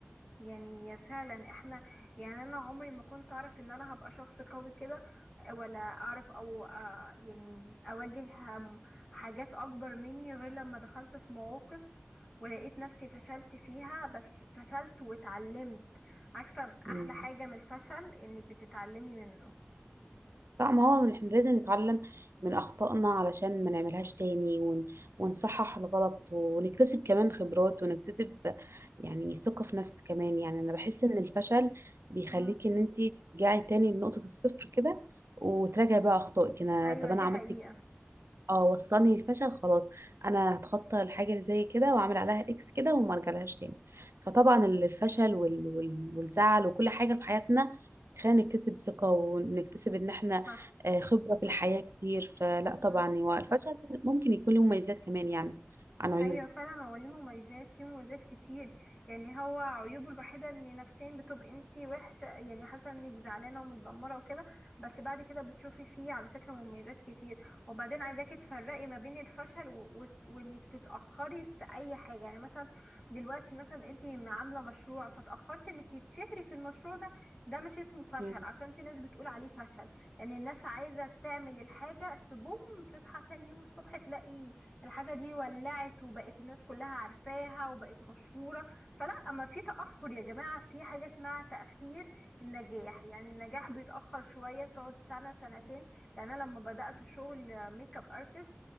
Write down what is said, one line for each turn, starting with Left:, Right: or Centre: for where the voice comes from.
Left: يعني فعلا احنا يعني انا عمري ما كنت اعرف ان انا هبقى شخص قوي كده ولا اعرف او آه، يعني اواجه آم، حاجات اكبر مني غير لما دخلت في مواقف ولقيت نفسي فشلت فيها بس فشلت واتعلمت عارفة
Right: امم
Left: احلى حاجة من الفشل انك بتتعلمي منه
Right: صح ما هو احنا لازم نتعلم من اخطائنا علشان ما نعملهاش تاني ون... ونصحح الغلط ونكتسب كمان خبرات ونكتسب يعني ثقه في نفس كمان يعني انا بحس ان الفشل بيخليك
Left: مم.
Right: ان انت ترجعي تاني لنقطه الصفر كده وتراجعي بقى اخطائك انا
Left: ايوه
Right: طب
Left: دي
Right: انا عملت
Left: حقيقة
Right: اه وصلني للفشل خلاص انا هتخطى الحاجه زي كده واعمل عليها اكس كده وما ارجعلهاش تاني فطبعا ال- الفشل وال... وال... والزعل وكل حاجه في حياتنا خلينا نكتسب ثقه ونكتسب ان احنا
Left: صح
Right: آه، خبره في الحياه كتير فلا
Left: مم.
Right: طبعا هو الفشل ممكن يكون له مميزات كمان يعني عن عيوب
Left: ايوه فعلا هو ليه مميزات فيه مميزات كتير يعني هو عيوبه الوحيده ان نفسيا بتبقى انتي وحشه يعني حاسه انك زعلانه ومتدمره وكده بس بعد كده بتشوفي فيه على فكره مميزات كتير وبعدين عايزاكي تفرقي ما بين الفشل و... و... وانك تتاخري في اي حاجه يعني مثلا دلوقتي مثلا انتي عامله مشروع فتاخرت انك تتشهري في المشروع ده ده مش اسمه فشل
Right: مم.
Left: عشان في ناس بتقول عليه فشل يعني الناس عايزه تعمل الحاجه تبوم تصحى تاني يوم الصبح تلاقي الحاجة دي ولعت وبقت الناس كلها عارفاها وبقت مشهورة فلا أما في تأخر يا جماعة في حاجة اسمها تأخير النجاح يعني النجاح بيتأخر شوية بتقعد سنة سنتين يعني أنا لما بدأت شغل ميك اب ارتست